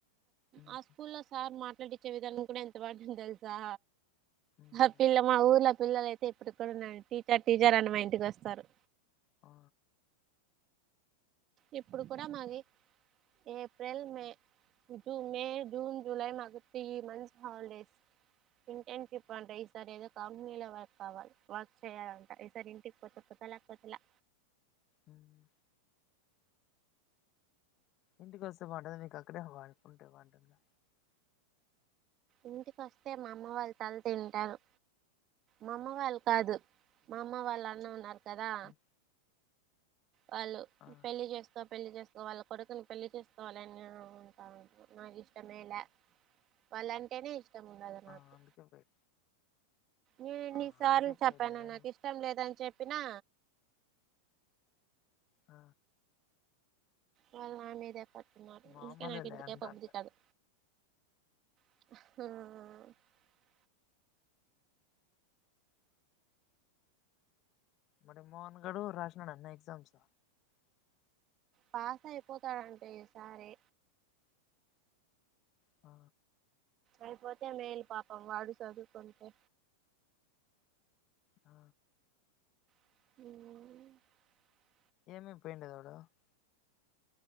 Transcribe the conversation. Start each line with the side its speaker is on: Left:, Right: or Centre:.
Left: ఉమ్,
Right: ఆ స్కూల్లో సార్ మాట్లాడిచ్చే విధానికి కూడా ఎంత బంటందో తెలుసా
Left: ఉందిలే
Right: ఆ పిల్ల మా ఊర్లో పిల్లలయితే ఇప్పుటికి కూడా ఉన్నా టీచర్ టీచర్ అని మా ఇంటికి వస్తారు
Left: ఆ
Right: ఇప్పుడు కూడా మాది ఏప్రిల్ మే ఇ మే జూన్ జూలై మాకు త్రి మంత్స్ హాలిడేస్ ఇంటర్న్షిప్ అంట ఈసారి ఏదో కంపెనీలో వర్క్ కావాలి వర్క్ చేయాలంట ఈసారి ఇంటికి పోతే పతలా పతలా
Left: ఉమ్ ఇంటికి వస్తే బంటంది మీకు అక్కడే హవాలపు ఉంటే బంటద
Right: ఇంటికొస్తే మా అమ్మ వాళ్ళ తల తింటారు మామ్మ వాళ్ళు కాదు మా అమ్మ వాళ్ళు అన్న ఉన్నారు కదా
Left: ఉమ్,
Right: వాళ్ళు
Left: ఆ
Right: పెళ్లి చేస్తా పెళ్లి చేస్తా ఇం వాళ్ళ కొడుకుని పెళ్లి చేసుకోవాలని నేను ఉంటా ఉంటాను నాకు ఇష్టమేలా వాళ్ళంటేనే ఇష్టం ఉండధు మాకు
Left: ఆ అందుకే పోయి
Right: నేన్ని
Left: ఆ
Right: సార్లు
Left: అందుకే
Right: చెప్పాను
Left: పోయిలేదా
Right: నాకు ఇష్టం లేదని చెప్పినా
Left: ఆ
Right: వాళ్ళు నా మీదే పట్టుకున్నారు
Left: మామూలేలే
Right: ఇంకే నాకు ఇంటికే
Left: అంటాంట
Right: పోభుద్ధి కధు ఉమ్
Left: మరి మోహన్ గడ రాష్టనాడన్న ఎగ్జామ్స్
Right: పాస అయి పోతాడా అంట ఈ సారి
Left: ఆ
Right: అదిపోతే మేల్ పాపం వాడు సధుకుంటే
Left: ఆ
Right: ఉమ్
Left: ఏమే <unintelligible>